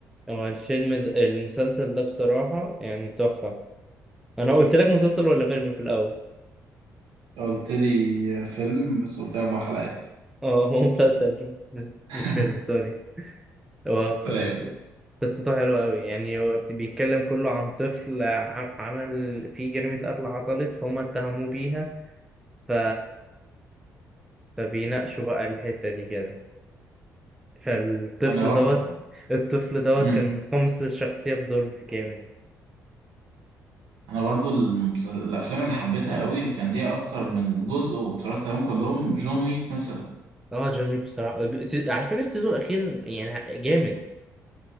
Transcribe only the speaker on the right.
انت قلت لي فيلم بس قلت لي أربع حلقات
<laughs>
رايق
أنا بر...
مم.
أنا برضو المسل... الأفلام اللي حبيتها قوي وكان ليها أكتر من جزء واتفرجت عليهم كلهم جون ويك مثلا